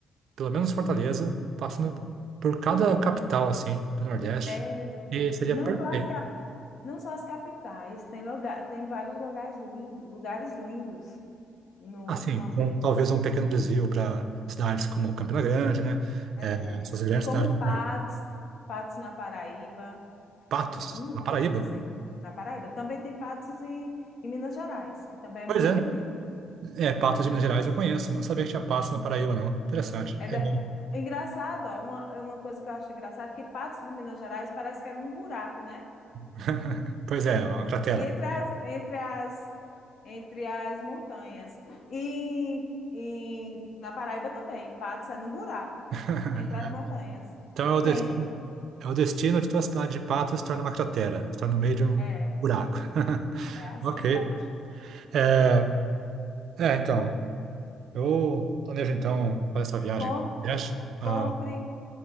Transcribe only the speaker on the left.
Eita,
não
só as, ca- não só as capitais, tem lugar, tem vários lugares lindos, lugares lindos no,
no Nordeste.
É,
como
Patos,
Patos na Paraíba.
Bonito,
sim. Na Paraíba. Também tem patos em, em Minas Gerais, que também é
muito
bonito.
É da-
Engraçado, ó, uma, uma coisa que eu acho engraçado, é que patos de Minas Gerais parece que é num buraco, né?
Entre as, entre as, entre as montanhas. E em- na Paraíba também, patos é num buraco,
entre as montanhas.
Quem?
É,
é assim.
<laughs>
Com,
compre.